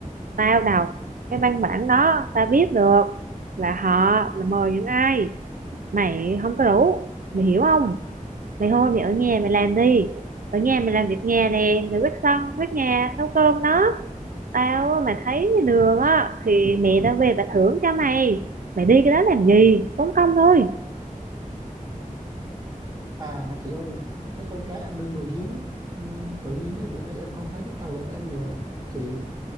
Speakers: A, on the right (about 80°); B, on the right (about 30°).
A: tao đọc cái văn bản đó tao biết được là họ là mời những ai mày không có đủ mày hiểu không mày thôi mày ở nhà mày làm đi ở nhà mày làm việc nhà nè mày quét sân quét nhà nấu cơm đó tao mà thấy đường á thì mẹ tao về bà thưởng cho mày mày đi cái đó làm gì tốn công thôi
B: à mà chị ơi cái con cá em nuôi ngồi giếng ừm, tự nhiên mấy bữa nay em không thấy nó trầu lên ăn nữa chị